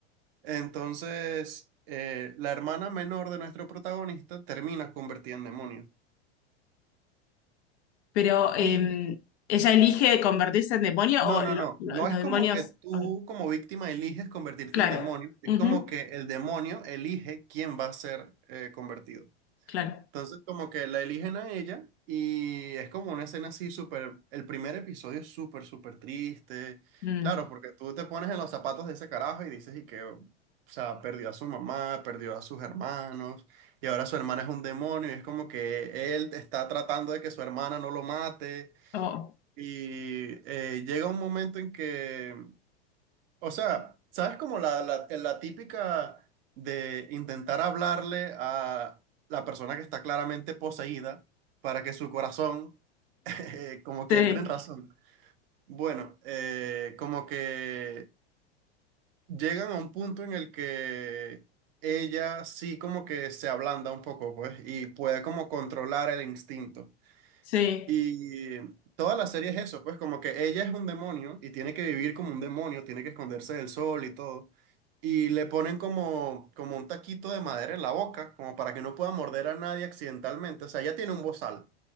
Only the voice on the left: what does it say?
Pero eh,
ella elige convertirse en demonio
o
lo-
lo-
los
demonios.
ok,
Claro.
Ujú,
claro.
Mm.
Oh,
sí,
sí.